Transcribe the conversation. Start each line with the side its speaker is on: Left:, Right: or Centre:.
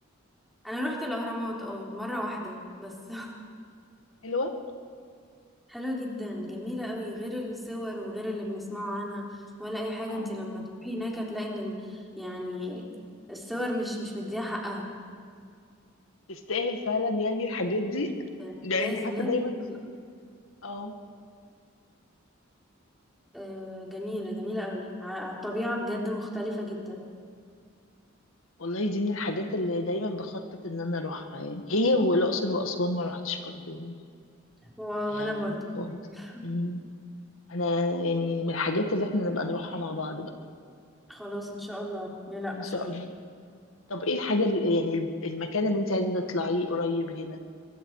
Centre: انا رحت الاهرامات اه مره واحده بس <laughs>
Left: حلوه
Centre: حلوه جدا جميله قوي غير الصور وغير اللي بنسمعه عنها ولا اي حاجه
Left: اه
Centre: انت لما تروحي هناك هتلاقي ان ال- يعني الصور مش مش مديها حقها
Left: تستاهل فعلا يعني الحاجات دي
Centre: طيب،
Left: ده
Centre: لازم
Left: يعني حتى
Centre: لازم
Left: دايما
Centre: تبقى-
Left: اه
Centre: آه، جميلة جميلة قوي ع- على الطبيعة بجد مختلفة جدا
Left: والله دي من الحاجات اللي دايما بخطط ان انا اروحها يعني هي والاقصر واسوان ما رحتش برضو
Centre: و... وأنا
Left: آه
Centre: برضو
Left: خالص
Centre: <laughs>
Left: مم. انا يعني من الحاجات اللي احنا نبقى نروحها مع بعض بقى
Centre: خلاص إن شاء الله لا لا
Left: ان شاء
Centre: صحيح
Left: الله طب ايه الحاجه اللي يعني الم- المكان اللي انت عايزه تطلعيه قريب هنا